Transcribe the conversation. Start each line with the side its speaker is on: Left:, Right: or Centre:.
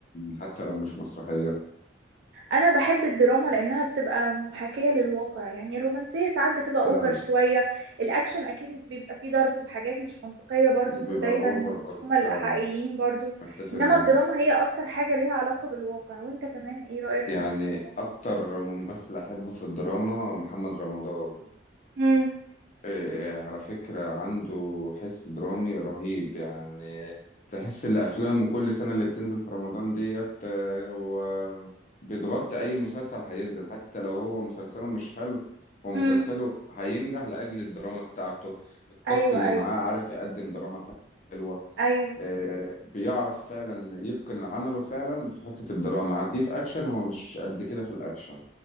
Left: حتى لو مش مسرحية
Right: أنا بحب الدراما لأنها بتبقى محاكاة للواقع يعني الرومانسية ساعات بتبقى أوفر
Left: فعلا
Right: شوية الأكشن أكيد بيبقى فيه ضرب وحاجات مش منطقية برضو
Left: وبيبقى
Right: دايما
Left: اوفر
Right: مش
Left: برضه
Right: هما
Left: فعلا
Right: الحقيقيين برضو
Left: أتفق
Right: إنما
Left: معاك
Right: الدراما هي أكتر حاجة ليها علاقة بالواقع وأنت كمان إيه رأيك
Left: يعني
Right: في الموضوع ده؟
Left: أكتر ممثل أحبه في الدراما محمد رمضان
Right: امم
Left: إيه، إيه، على فكرة عنده حس درامي رهيب يعني تحس إن أفلامه كل سنة اللي بتنزل في رمضان ديت آه، هو بيتغطي أي مسلسل هينزل حتى لو هو مسلسله مش حلو هو مسلسله
Right: امم
Left: هينجح لأجل الدراما بتاعته الكاست
Right: ايوه
Left: اللي
Right: ايوه
Left: معاه عارف يقدم دراما حلوة
Right: ايوه
Left: آه، بيعرف فعلا يتقن عمله فعلا في حتة الدراما هتيف اكشن هو مش قد كده في الاكشن